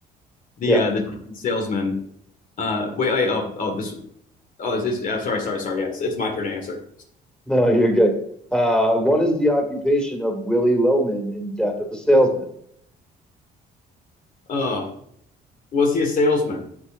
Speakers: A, on the left; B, in the centre.
A: the
B: Yeah.
A: uh, the salesman, uh, wait, I, oh oh this oh it's, it's, uh, sorry sorry sorry yeah it's, it's my turn to answer.
B: No, you're good. Uh, what is the occupation of Willy Loman in Death of a Salesman?
A: Oh, was he a salesman?